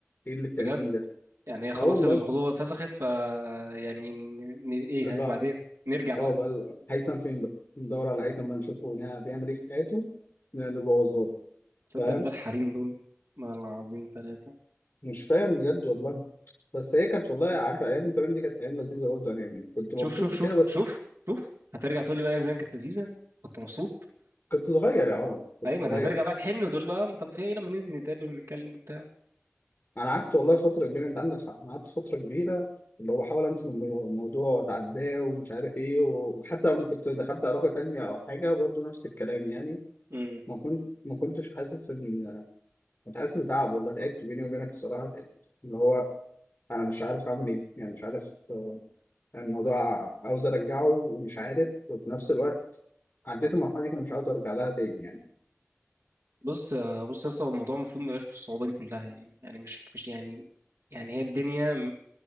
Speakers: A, on the left (about 50°); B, on the right (about 75°).
A: اللي بتعمليه
B: بجد
A: ده
B: يعني هي خلاص
A: اه والله
B: الخطوبة اتفسخت ف يعني ن... ن... ايه
A: لا بقى
B: ها- بعدين نرجع بقى
A: اه بقى ال- هيثم فين بقى ندور على هيثم بقى نشوفه هنا بيعمل ايه في حياته ن- نبوظها له
B: تصدق
A: فاهم
B: بالله الحريم دول والله العظيم تلاتة
A: مش فاهم بجد والله بس هي كانت والله عارفه ايام زمان دي كانت ايام لذيذه برضه انا يعني كنت مبسوط
B: شوف شوف
A: وكده
B: شوف
A: بس
B: شوف شوف هترجع تقول لي بقى يا زين كانت لذيذه كنت مبسوط
A: كنت صغير يا عمر كنت
B: ايوه
A: صغير
B: ما انت هترجع بقى تحن وتقول بقى طب في ايه لما ننزل نتقابل ونتكلم وبتاع
A: انا قعدت والله فتره كبيره انت عندك حق أنا قعدت فتره كبيره اللي هو بحاول انسى المو- الموضوع واتعداه ومش عارف ايه وحتى لما كنت دخلت علاقه تانية او حاجه برضه نفس الكلام يعني
B: امم
A: ما كنت ما كنتش حاسس ان كنت حاسس بتعب والله تعبت بيني وبينك الصراحه تعبت اللي هو انا مش عارف اعمل ايه يعني مش عارف آه، يعني الموضوع عاوز ارجعه ومش عارف وفي نفس الوقت عديت المرحله دي فمش عاوز ارجع لها تاني يعني
B: بص بص يا اسطى هو الموضوع المفروض ما يبقاش بالصعوبه دي كلها يعني يعني مش مش يعني يعني هي الدنيا م-